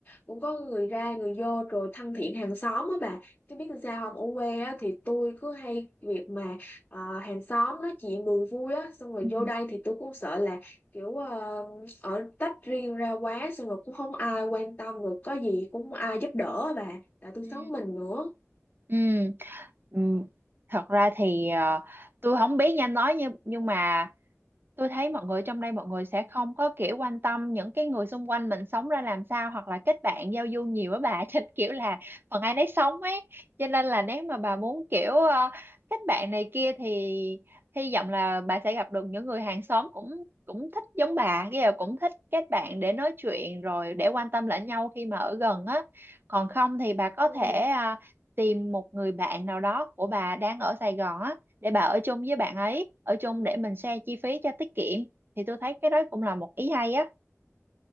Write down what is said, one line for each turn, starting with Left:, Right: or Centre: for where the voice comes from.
Left: cũng có người ra người vô rồi thân thiện hàng xóm á bà chứ biết làm sao không ở quê á thì tôi cứ hay việc mà ờ, hàng xóm nói chuyện đùa vui á xong rồi
Right: ừ
Left: vô đây thì tôi cũng sợ là kiểu ờ, ở tách riêng ra quá xong rồi cũng không ai quan tâm rồi có gì cũng không ai giúp đỡ á bà tại tôi
Right: ừ
Left: sống mình nữa
Right: ừ Ừ. thật ra thì ờ, tôi không biết nha anh nói nhưng nhưng mà tôi thấy mọi người trong đây mọi người sẽ không có kiểu quan tâm những cái người xung quanh mình sống ra làm sao hoặc là kết bạn giao du nhiều á bà <laughs> trên kiểu là phần ai nấy sống ấy cho nên là nếu mà bà muốn kiểu ờ, kết bạn này kia thì hy vọng là bà sẽ gặp được những người hàng xóm cũng cũng thích giống bà cái là cũng thích kết bạn để nói chuyện rồi để quan tâm lẫn nhau khi mà ở gần á còn không thì bà có
Left: ừ.
Right: thể ờ, tìm một người bạn nào đó của bà đang ở Sài Gòn á để bà ở chung với bạn ấy ở chung để mình share chi phí cho tiết kiệm thì tôi thấy cái đó cũng là một ý hay á